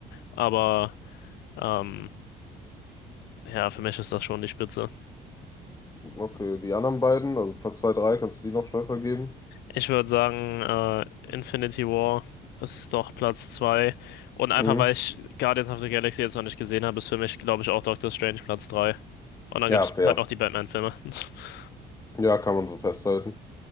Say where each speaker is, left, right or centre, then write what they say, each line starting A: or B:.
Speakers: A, on the left; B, on the left.
A: Aber ähm, ja, für mich ist das schon die Spitze.
B: Okay, die anderen beiden, also Platz 2 3 kannst du die noch schnell vergeben?
A: Ich würde sagen, äh, Infinity War ist doch Platz zwei Und einfach
B: Mhm.
A: weil ich Guardians of the Galaxy jetzt noch nicht gesehen habe, ist für mich, glaube ich, auch Doctor Strange Platz drei Und dann
B: Ja,
A: gibt es
B: fair.
A: halt noch die Batman-Filme. <laughs>
B: Ja, kann man so festhalten.